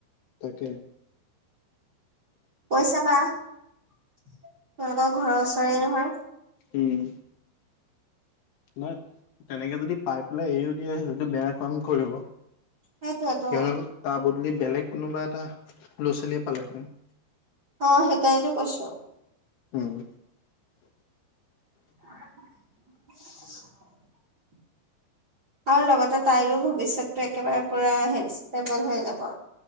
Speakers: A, on the left; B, on the right.
A: তাকে।
B: কৈ চাবা? তোমালোকৰ ঘৰৰ ওচৰে নহয়।
A: উম। নহয় তেনেকে যদি পাই পেলাই এৰিও দিয়ে সেইটো বেয়া কাম কৰিব।
B: সেইটোয়েতো
A: তেওঁ তাৰ বদলি বেলেগ কোনোবা এটা ল'ৰা - ছোৱালীয়ে পালেহেঁতেন।
B: অ সেইকাৰণেতো কৈছো।
A: উম।
B: <inaudible> আৰু লগতে তাইৰো ভৱিষ্যতটো একেবাৰে পুৰা হেৰি ষ্টেবল হৈ যাব।